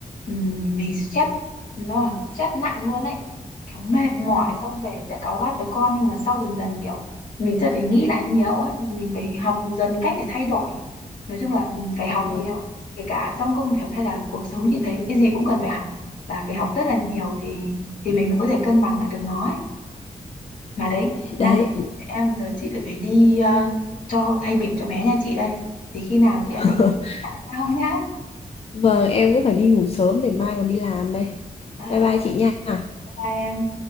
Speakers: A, on the left; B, on the left.
A: ừm, mình stress nó là stress nặng luôn ấy kiểu mệt mỏi
B: Ừ.
A: xong về sẽ cáu gắt với con nhưng mà sau dần dần kiểu mình sẽ phải nghĩ lại nhiều ấy mình phải học dần cách để thay đổi nói chung là phải học
B: vâng
A: nhiều kể cả trong công việc hay là cuộc sống chị thấy cái gì cũng cần phải học và phải học rất là nhiều thì thì mình mới có thể cân bằng lại được nó ấy mà đấy,
B: đấy
A: đang nói chuyện với em giờ chị lại phải đi ờ, cho thay bỉm cho bé nhà chị đây. Thì khi nào
B: <laughs>
A: chị em mình nói chuyện lại sau nhá.
B: vâng em cũng phải đi ngủ sớm để mai còn đi làm đây
A: Ờ,
B: bye bye
A: ok,
B: chị nha
A: bye em.